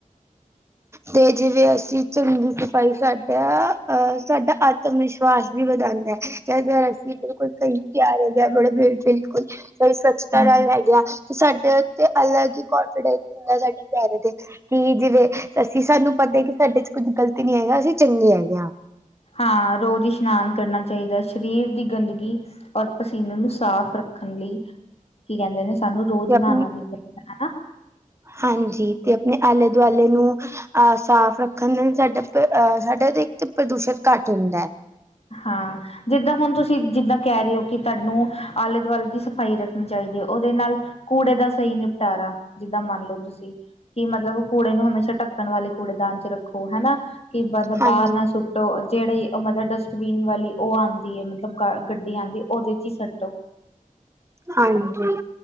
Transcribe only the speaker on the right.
ਤੇ ਜਿਵੇਂ ਅਸੀਂ ਚੰਗੀ ਸਫਾਈ ਸਾਡਾ ਅਹ ਸਾਡਾ ਆਤਮ ਵਿਸ਼ਵਾਸ ਵੀ ਵਧਾਉਂਦਾ ਕਿ ਅਸੀਂ ਬਿਲਕੁਲ ਸਈ ਤਿਆਰ ਬੜ ਬਿਲਕੁਲ ਸਈ ਸਵੱਛਤਾ
ਨਾਲ
ਹੈ ਗੇ ਆ। ਤੇ ਸਾਡੇ ਉਤੇ ਅਲੱਗ ਹੀ ਕਨਫੀਡੈਂਸ ਹੁੰਦਾ ਸਾਡੇ ਚੇਰੇ ਤੇ ਕਿ ਜਿਵੇਂ ਅਸੀਂ ਸਾਨੂੰ ਪਤਾ ਐ ਕਿ ਸਾਡੇ ਚ ਕੁੱਝ ਗਲਤ ਨੀ ਹੈਗਾ ਅਸੀਂ ਚੰਗੇ ਹੈਗੇ ਆ।
ਕੀ
ਆਪਣੀ
ਹਾਂਜੀ ਤੇ ਆਪਣੇ ਆਲੇ ਦੁਆਲੇ ਨੂੰ ਅ ਸਾਫ਼ ਰੱਖਣ ਦੇ ਸਾਡਾ ਐ ਸਾਡਾ ਇਕ ਤੇ ਪ੍ਰਦੂਸ਼ਣ ਘੱਟ ਹੁੰਦੈ
ਹਾਂਜੀ
ਹਾਂਜੀ